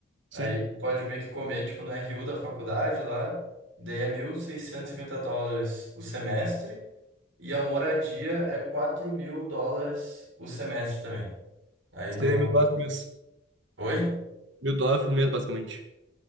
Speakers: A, on the right; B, on the right.
A: sim.
B: Aí tu pode meio que comer, tipo, no RU da faculdade lá, daí é mil seiscentos e cinquenta dólares o semestre, e a moradia é quatro mil dólares o semestre também. Aí no.
A: Seria mil dólares por mês.
B: Oi?
A: Mil dólares por mês, basicamente.